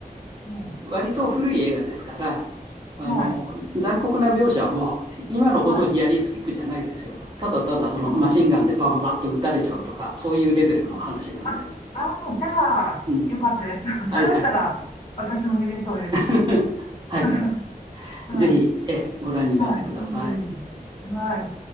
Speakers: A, on the left; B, on the right.
A: い、
B: 割と古い映画ですから、あの残酷な描写も今のほどリアリスティックじゃないですよ。
A: はい、はい、
B: ただただそのマシンガンでバババッと撃たれちゃうとか、
A: はい
B: そういうレベルの話なんで。
A: はいあ、あー、じゃあ、
B: うん。
A: よかったです。<laughs>
B: はいはい。
A: それだったら、私も見れそうです。
B: <laughs> はいはい。
A: <laughs> はい。
B: ぜひ、えご覧になってください。
A: はい。うんはい。